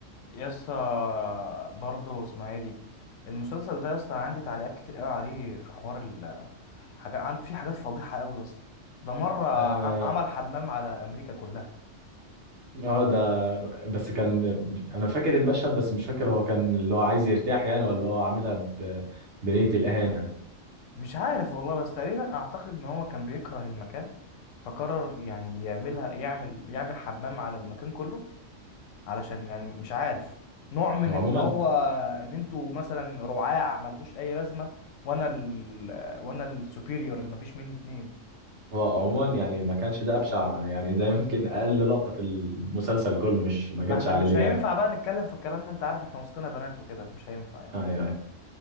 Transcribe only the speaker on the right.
اه
آه، ده بس كان انا فاكر المشهد بس مش فاكر هو كان اللي هو عايز يرتاح يعني ولا هو عاملها ب... بنية الاهانه
هو
عموما
هو عموما يعني ما كانش ده ابشع يعني ده يمكن اقل لقطه في المسلسل كله مش
ما جاتش
على
دي
يعني
آه، آه، آه.